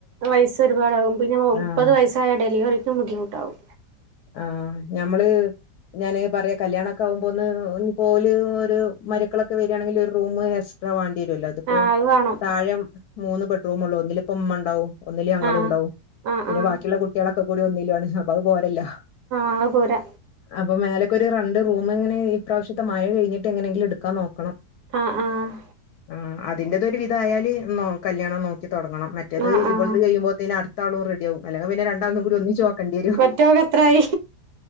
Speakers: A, on the right; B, on the left.
A: വയസ്സ് ഒര് പാടാകും. പിന്നെ മുപ്പെത്
B: ആഹ്
A: വയസ്സായ ഡെലിവെറിക്കും ബുദ്ധിമുട്ടാവും
B: ആഹ് ഞമ്മെൾ ഞാന് പറിയാ കല്യാണ ഒക്കെ ആവുമ്പോ ഒന്ന് ഇഞ്ഞ് ഇപ്പ ഓല് ഒര് മരൊക്കളൊക്കെ വെരാണെങ്കി ഒര് റൂമ് എക്സ്ട്രാ വാണ്ടി വെരോല്ലോ ഇത് ഇപ്പോ
A: ആഹ് അത് വേണം
B: താഴെ മൂന്ന് ബെഡ്റൂമൊള്ളു. ഒന്നിൽ ഇപ്പ ഇമ്മണ്ടാവും ഒന്നിൽ ഞങ്ങളും
A: ആഹ്
B: ഇണ്ടാവും.
A: ആഹ്
B: പിന്നെ
A: ആഹ്
B: ബാക്കിള്ള കുട്ടിയാളൊക്കെ കൂടി ഒന്നിലും ആണ്. അപ്പ അഹ് പോരല്ലോ
A: ആഹ് അഹ് പോരാ
B: അപ്പ മേലെക്കൊര് റണ്ട് റൂമ് എങ്ങനെ ഇപ്രാവശ്യത്തെ മഴ ക കെഴ്ഞ്ഞിട്ട് എങ്ങനെയെങ്കിലും ഇട്ക്കാൻ നോക്കണം
A: ആഹ് ആഹ്
B: ആഹ് അതിന്റെത് ഒര് വിധായാൽ നോ കല്യാണം നോക്കി തൊട്ങ്ങണം മറ്റേത്
A: ആഹ് ആഹ്
B: ഇവെൾത് കഴിയുമ്പോത്തിന് അട് ത്താളും റെഡിയാവും അല്ലെങ്കി പിന്നെ രണ്ടാൾതും കൂടി ഒര്മിച്ച് നോക്കെണ്ടിയെരും
A: മറ്റോക്ക് എത്രായി